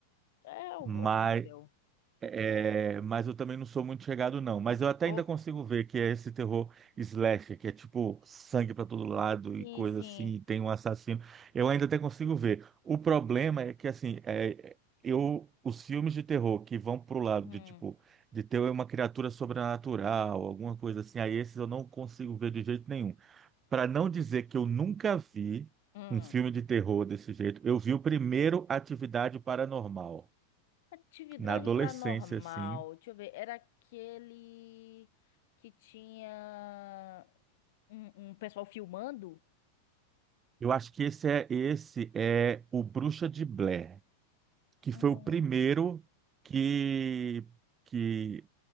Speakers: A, on the left; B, on the right.
A: é horrível.
B: Mas É, mas eu também não sou muito chegado, não. Mas eu até
A: Show.
B: ainda consigo ver que é esse terror slasher, que é tipo sangue pra todo lado
A: Sim,
B: e coisa
A: sim.
B: assim, e tem um assassino. Eu ainda até consigo ver. O problema é que, assim, é, eu, os filmes de terror que vão pro lado
A: Hum,
B: de, tipo, de ter uma criatura sobrenatural, alguma coisa assim, aí esses eu não consigo ver de jeito nenhum. Pra não dizer que eu nunca vi
A: hum.
B: um filme de terror desse jeito, eu vi o primeiro Atividade Paranormal.
A: Atividade
B: Na adolescência,
A: paranormal,
B: assim.
A: deixa eu ver, era aquele que tinha um, um pessoal filmando?
B: Eu acho que esse é esse é o Bruxa de Blair, que
A: Hum.
B: foi o primeiro que que